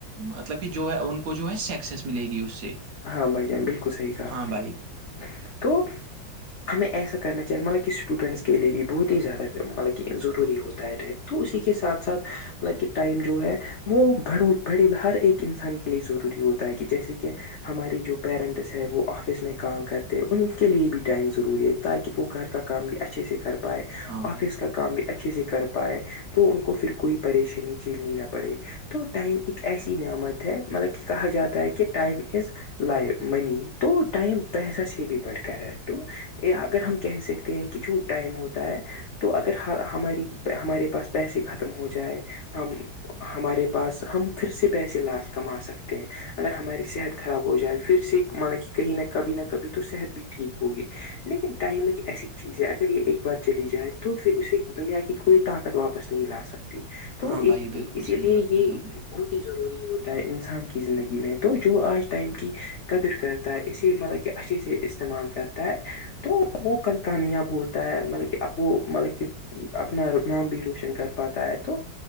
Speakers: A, on the right; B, on the left.
A: مطلب کہ جو ہے ان کو جو ہے سکسیس ملے گی اس سے
B: ہاں بھائی جان بالکل صحیح کہا
A: ہاں
B: آپ نے
A: بھائی
B: تو ہمیں ایسا کرنا چاہیے مطلب کہ اسٹوڈنٹس کے لیے بھی بہت ہی زیادہ مطلب کہ ضروری ہوتی ہے ہے ٹائم تو اسی کے ساتھ ساتھ مطلب کہ ٹائم جو ہے وہ بڑ بھڑی ہر ایک انسان کے لیے ضروری ہوتا ہے کہ جیسے کہ ہمارے جو پیرنٹس ہے وہ آفس میں کام کرتے ہیں ان کے لیے بھی ٹائم ضروری ہے تاکہ وہ گھر کا کام بھی اچھے سے کر پائے
A: ہاں بھائی
B: آفس کا کام بھی اچھے سے کر پائے تو ان کو پھر کوئی پریشانی جھینیینا پڑے تو ٹائم ایک ایسی نعمت ہے مطلب کہ کہا جاتا ہے کہ ٹائم از لائی منی تو ٹائم پیسہ سے بھی بڑٹھ کر رہ ہے تو یہ اگر ہم کہہ سکتے ہیں کہ جو ٹائم ہوتا ہے تو اگر ہماری ہمارے پاس پیسے ختم ہو جائے ہم ہمارے پاس ہم پھر سے پیسے لاس کما سکتے ہیں اگر ہماری صحت خراب ہو جائے پھر سے مطا کہ کہیں نہ کبھی نہ کبھی تو صحت بھی ٹھیک ہوگی لیکن ٹائم ایک ایسی چیز ہے اگر یہ ایک بار چلی جائے تو پھر اسے دنیا کی کوئی طاقت واپس نہیں لا سکتا تو
A: ہاں
B: ایک
A: بھائی بالکل
B: اسی
A: صحیح
B: لیے
A: بات
B: یہ
A: کہی آپ نے
B: بہت ہی ضروری ہوتا ہے انسان کی زندگی میں تو جو آج ٹائم کی قدر کرتا ہے اسی مطلب کہ اچھے سے استعمال کرتا ہے تو وہ کل کامیاب ہوتا ہے مطلب کہ اب وہ مطلب کی اپنا نام بھی روشن کر پاتا ہے تو